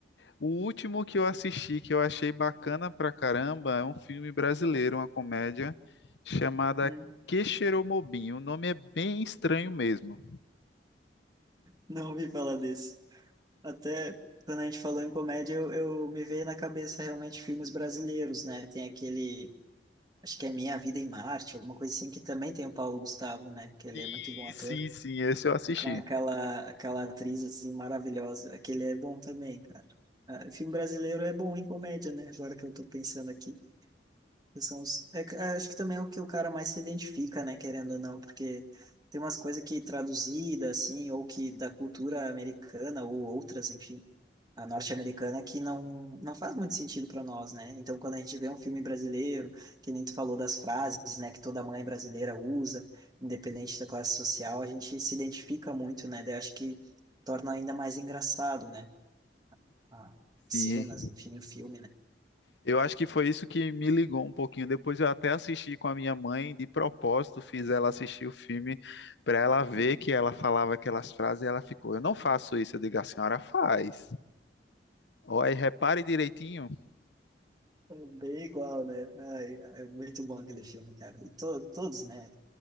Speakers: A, on the left (about 70°); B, on the right (about 25°).
A: O último que eu assisti, que eu achei bacana pra caramba, é um filme brasileiro, uma comédia chamada
B: Hum,
A: Quixeromobim. O nome é bem estranho mesmo.
B: Não ouvi falar desse. Até quando a gente falou em comédia, eu, eu me veio na cabeça realmente filmes brasileiros, né? Tem aquele, acho que é Minha Vida em Marte, alguma coisa assim, que também tem o Paulo Gustavo, né? Que ele
A: Sim,
B: é muito bom ator.
A: sim, sim, esse eu assisti.
B: Com aquela, aquela atriz, assim, maravilhosa. Aquele é bom também, cara. Ah, filme brasileiro é bom em comédia, né? Agora que eu tô pensando aqui. Que são os- é que- acho que também é o que o cara mais se identifica, né, querendo ou não, porque tem umas coisas que traduzida, assim, ou que da cultura americana, ou outras, enfim, a norte-americana, que não, não faz muito sentido para nós, né? Então, quando a gente vê um filme brasileiro, que nem tu falou das frases, né, que toda mãe brasileira usa, independente da classe social, a gente se identifica muito, né? Daí acho que torna ainda mais engraçado, né? a- As
A: Sim,
B: cenas, enfim, o filme, né?
A: Eu acho que foi isso que me ligou um pouquinho. Depois eu até assisti com a minha mãe, de propósito, fiz ela assistir o filme para ela ver
B: Uhum.
A: que ela falava aquelas frases e ela ficou: Eu não faço isso. Eu digo: A senhora faz. Olha, repare direitinho.
B: Bem igual, né? Ai, é muito bom aquele filme, cara. E to, todos, né?